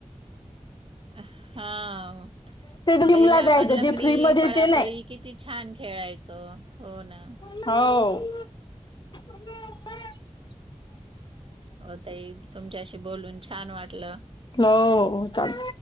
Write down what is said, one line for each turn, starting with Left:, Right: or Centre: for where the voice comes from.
Right: हा
Left: जिमला
Right: पहिला आपण
Left: जायचं
Right: लंगडी,
Left: जे फ्री मध्ये
Right: पळापळी
Left: ते नाही
Right: किती छान! छान खेळायचो, हो ना.
Left: हो...
Right: हो, ताई तुमच्याशी बोलून छान वाटलं.
Left: हो हो चाल